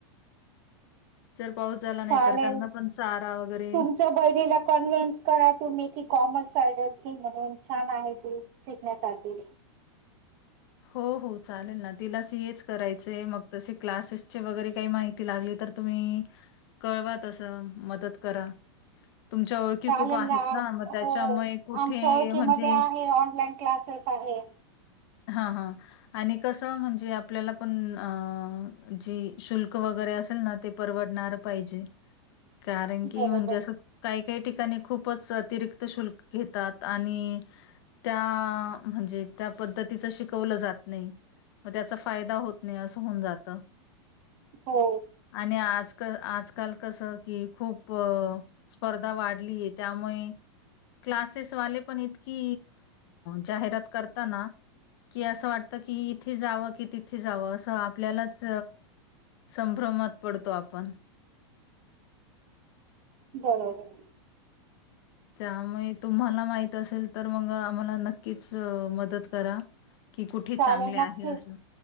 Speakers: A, on the left; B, on the right.
A: जर पाऊस झाला नाही
B: चालेल
A: तर त्यांना पण चारा वगैरे
B: तुमच्या बहिणीला कन्वेन्स करा तुम्ही की कॉमर्स सायडसच घे म्हणून छान आहे खूप शिकण्यासाठी
A: हो हो चालेल ना तिला सियेच करायचे मग तसे क्लासेसचे वगैरे काही माहिती लागली तर तुम्ही कळवा तस मदत करा तुमच्या ओळखी
B: चालेल
A: खूप आहेत
B: ना हो
A: मग त्याच्यामुळे कुठे
B: आमच्या ओळखीमध्ये
A: म्हणजे
B: आहे ऑनलाईन क्लासेस आहे
A: हा हा आणि कस म्हणजे आपल्याला पण जे शुल्क वगैरे असेल ना ते परवडणार पाहिजे कारण की
B: बरोबर
A: म्हणजे असं काही काही ठिकाणी खूपच अतिरिक्त शुल्क घेतात आणि त्या म्हणजे त्या पद्धती तिचं शिकवलं जात नाही मग त्याचा फायदा होत नाही असं होऊन जात
B: हो
A: आणि आजक आजकाल कसं की खूप स्पर्धा वाढलीये त्यामुळे क्लासेसवाले पण इतकी जाहिरात करताना- कि असं वाटतं की इथे जावं की तिथे जावं असं आपल्यालाच संभ्रमात पडतो आपण
B: बरोबर
A: त्यामुळे तुम्हाला माहित असेल तर मग आम्हाला नक्कीच मदत करा की कुठे चांगले
B: चालेल
A: आहे
B: नक्की
A: असं.